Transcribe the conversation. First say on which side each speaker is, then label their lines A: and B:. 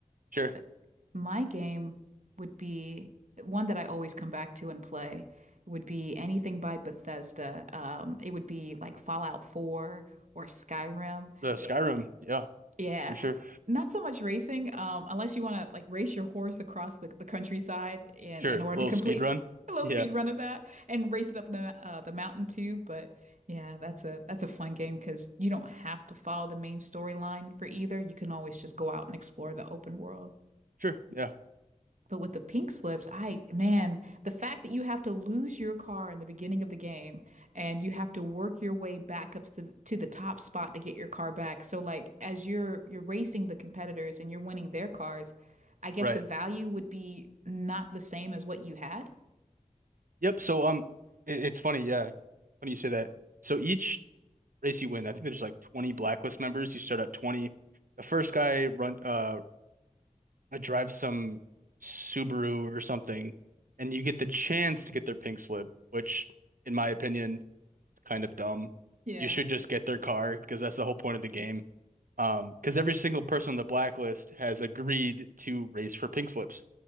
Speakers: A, on the right (about 85°); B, on the right (about 65°).
A: sure.
B: but my game would be one that I always come back to and play would be anything by Bethesda. Um, it would be like Fallout 4 or Skyrim.
A: The Skyrim,
B: Eh,
A: yeah,
B: yeah.
A: for sure.
B: Not so much racing, um, unless you want to like race your horse across the, the countryside in,
A: Sure.
B: in order
A: Little
B: to complete
A: speed run.
B: <laughs> a little
A: Yeah.
B: speed run of that and race it up the uh, the mountain too. But yeah, that's a that's a fun game because you don't have to follow the main storyline for either. You can always just go out and explore the open world.
A: Sure. Yeah.
B: But with the pink slips, I, man, the fact that you have to lose your car in the beginning of the game and you have to work your way back up to, to the top spot to get your car back. So like as you're you're racing the competitors and you're winning their cars, I guess
A: Right.
B: the value would be not the same as what you had.
A: Yep. So um it, it's funny, yeah, when you say that. So each race you win. I think there's like 20 blacklist members. You start at 20. The first guy run uh drives some Subaru or something, and you get the chance to get their pink slip, which in my opinion is kind of dumb.
B: Yeah.
A: You should just get their car because that's the whole point of the game. Um, because every single person on the blacklist has agreed to race for pink slips.